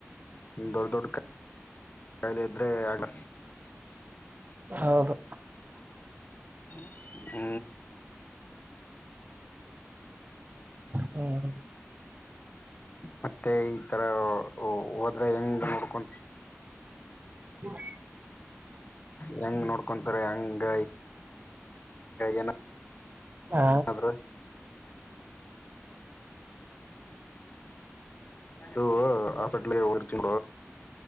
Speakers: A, on the left; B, on the right.
A: ದೊಡ್ಡ ದೊಡ್ಡ ಕ <unintelligible> ಕಾಯಲೆ ಇದ್ರೆ ಆಗ್ಲ
B: ಹೌದು.
A: ಹ್ಮ
B: ಹ್ಮ
A: ಮತ್ತೆ ಈತರ ಹೋದ್ರೆ ಹೆಂಗ ನೋಡ್ಕೊ
B: ಹ್ಮ <unintelligible>
A: ಹೆಂಗ ನೋಡ್ಕೊಂತಾರೆ ಹಂಗ ಏನು
B: ಹ
A: ಆದ್ರ ಅದು ಹಾಸ್ಪಿಟಲ್ ಗೆ ಹೋಗಿರ್ತಿವಿ